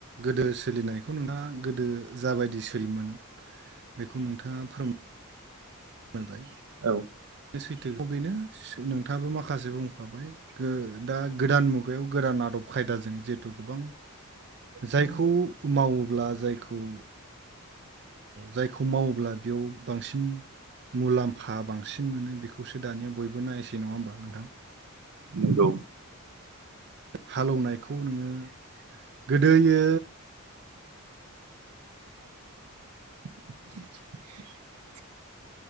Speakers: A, on the right (about 50°); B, on the right (about 80°).
A: गोदो सोलिनायखौ नोंथाङा गोदो जाबायदि सोयोमोन बेखौ नोंथाङा फोरमा मोनबाय
B: औ
A: सैथोखौ बेनो नोंथाङाबो माखासे बुंखाबाय गो दा गोदान मुगायाव गोदान आदब खायदाजों जिहेथु गोबां जायखौ मावोब्ला जायखौ जायखौ मावोब्ला बेयाव बांसिन मुलाम्फा बांसिन मोनो बेखौसो दानिया बयबो नायसै नङा होमबा नोंथां
B: नंगौ
A: हालेवनायखौ नोङो गोदोयो
B: <inaudible>